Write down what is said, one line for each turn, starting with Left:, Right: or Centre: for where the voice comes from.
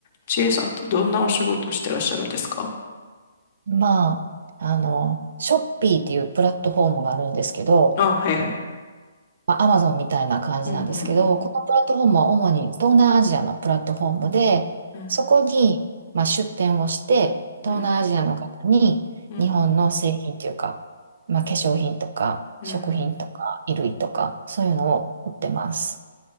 Left: ちえさんってどんなお仕事してらっしゃるんですか
Right: まあ、あの、ショッピーっていうプラットフォームがあるんですけど、
Left: あ、はいはい。
Right: まあ、アマゾンみたいな感じなんですけど、
Left: うんうんうん。
Right: このプラットフォームは主に東南アジアのプラットフォームで、
Left: うん
Right: そこに、まあ、出店をして、東南アジアの方に日本の製品というか、
Left: うんうん。
Right: まあ、化粧品とか、
Left: うん
Right: 食品とか、衣類とか、そういうのを売ってます。